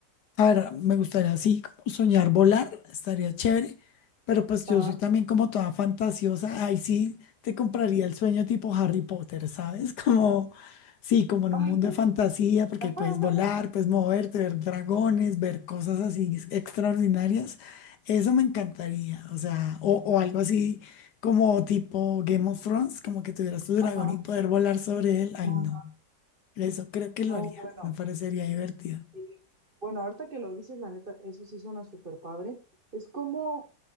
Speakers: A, on the left; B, on the right.
A: A ver, me gustaría así como soñar volar, estaría chévere, pero pues
B: Ajá.
A: yo soy también como toda fantasiosa, ahí sí te compraría el sueño tipo Harry Potter, ¿sabes? <laughs> Como, sí, como en
B: <laughs>
A: un mundo de fantasía, porque
B: Ajá.
A: ahí puedes volar, puedes moverte, ver dragones, ver cosas así extraordinarias, eso me encantaría, o sea, o, o algo así como tipo Game of Thrones, como que tuvieras tu dragón
B: Ajá.
A: y poder volar sobre él, ay
B: Ajá.
A: no, eso creo que
B: No,
A: lo haría,
B: bueno.
A: me parecería divertido.
B: Sí. Bueno, ahorita que lo dices, la neta, eso sí suena súper padre. Es como,